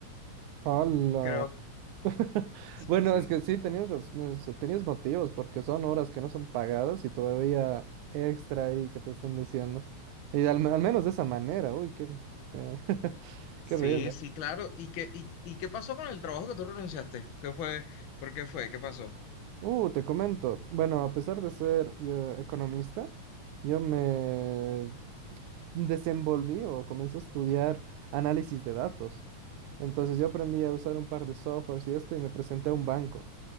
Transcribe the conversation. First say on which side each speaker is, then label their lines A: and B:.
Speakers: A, on the right (about 80°); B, on the left (about 55°).
A: Hola.
B: Creo,
A: <laughs>
B: sí,
A: Bueno,
B: sí.
A: es que sí, tenías, raz- es- tenías motivos, porque son horas que no son pagadas y todavía extra ahí que te están diciendo. Y al, al menos de esa manera, uy, qué, eh, <laughs>
B: Sí,
A: qué horrible.
B: sí, claro. ¿Y qué, y, y qué pasó con el trabajo que tú renunciaste? ¿Qué fue? ¿Por qué fue? ¿Qué pasó?
A: Uh, te comento, bueno, a pesar de ser yo economista, yo me desenvolví o comencé a estudiar análisis de datos. Entonces yo aprendí a usar un par de softwares y esto y me presenté a un banco.